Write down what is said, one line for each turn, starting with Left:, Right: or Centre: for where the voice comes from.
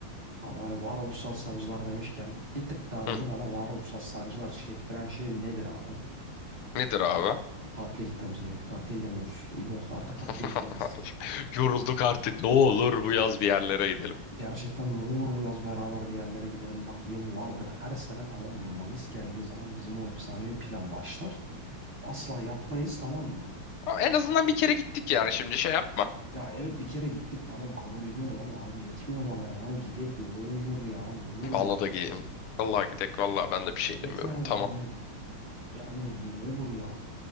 Right: Ama hani varoluşsal sancılar demişken bir tık daha
Left: Hı,
Right: böyle bana varoluşsal sancılar çektiren şey nedir abi?
Left: nedir abi?
Right: Tatile gitmemiz gerekiyor. Tatile gidemiyoruz. İbo artık
Left: <laughs>
Right: tatile gitmeliyiz.
Left: Yorulduk artık. Ne olur bu yaz bir yerlere gidelim.
Right: Gerçekten ne olur bu yaz beraber bir yerlere gidelim. Bak yıllardır her sene tamam mı? Mayıs geldiği zaman bizim o efsanevi plan başlar. Asla yapmayız tamam mı?
Left: Ama en azından bir kere gittik yani. Şimdi şey yapma.
Right: Ya evet bir kere gittik tamam kabul ediyorum ama abi yetmiyor bana ya. Gidek ne olur ya ne olur
Left: Vallahi
Right: gidek.
Left: da gideyim. Vallahi gidek. Vallahi ben de bir şey
Right: Evet
Left: demiyorum.
Right: yani
Left: Tamam.
Right: hani yani ne olur ya.